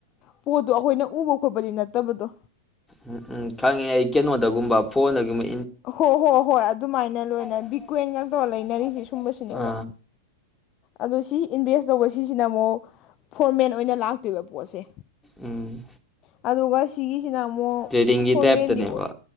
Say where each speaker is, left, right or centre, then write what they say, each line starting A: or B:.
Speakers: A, on the left (about 35°); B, in the centre.
A: ꯄꯣꯠꯇꯣ ꯑꯩꯈꯣꯏꯅ ꯎꯕ ꯈꯣꯠꯄꯗꯤ ꯅꯠꯇꯕꯗꯣ
B: ꯎꯝ ꯎꯝ ꯈꯪꯉꯦ ꯑꯩ ꯀꯩꯅꯣꯗꯒꯨꯝꯕ ꯐꯣꯟꯗꯒꯤꯒꯨꯝꯕ
A: ꯍꯣ ꯍꯣ ꯍꯣꯏ ꯑꯗꯨꯃꯥꯏꯅ ꯂꯣꯏꯅ
B: ꯇ꯭ꯔꯦꯟꯒ
A: ꯕꯤꯀ꯭ꯋ ꯗꯣ ꯂꯩꯅꯔꯤꯁꯤ
B: ꯇꯧꯔ ꯂꯩꯅꯔꯤꯁꯤꯅ
A: ꯁꯨꯝꯕꯁꯤꯅꯦꯕ
B: ꯑꯥ
A: ꯑꯗꯣ ꯁꯤ ꯏꯟꯚꯦꯁ ꯇꯧꯕ ꯁꯤꯁꯤꯅ ꯑꯃꯨꯛ ꯐꯣꯔꯃꯦꯟ ꯑꯣꯏꯅ ꯂꯥꯛꯇꯣꯏꯕ ꯄꯣꯠꯁꯦ
B: ꯎꯝ
A: ꯑꯗꯨꯒ ꯁꯤꯒꯤ ꯁꯤꯅ ꯑꯃꯨꯛ
B: ꯇ꯭ꯔꯦꯗꯤꯡꯒꯤ
A: ꯐꯣꯔꯃꯦꯟꯗꯤ
B: ꯇꯥꯏꯞꯇꯅꯦꯕ
A: ꯑꯣꯏ